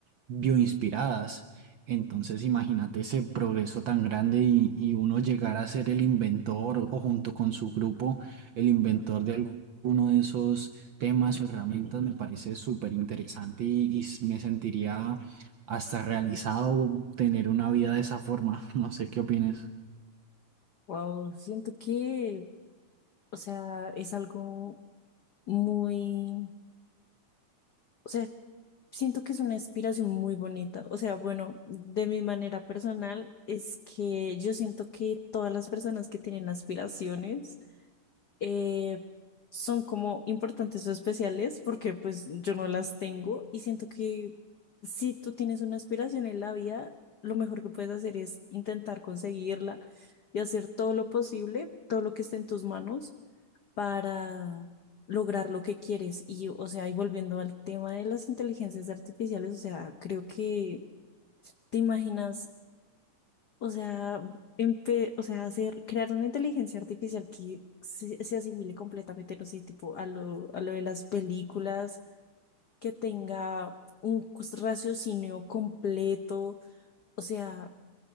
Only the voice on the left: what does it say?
Wow, siento que, o sea, es algo muy, o sea, Siento que es una inspiración muy bonita. O sea, bueno, de mi manera personal es que yo siento que todas las personas que tienen aspiraciones eh, son como importantes o especiales porque pues yo no las tengo y siento que si tú tienes una aspiración en la vida, lo mejor que puedes hacer es intentar conseguirla y hacer todo lo posible, todo lo que esté en tus manos para lograr lo que quieres. Y, o sea, y volviendo al tema de las inteligencias artificiales, o sea, creo que te imaginas, o sea, empe- o sea, hacer, crear una inteligencia artificial que se, se asimile completamente, no sé, tipo a lo, a lo de las películas, que tenga un cos- raciocinio completo, o sea,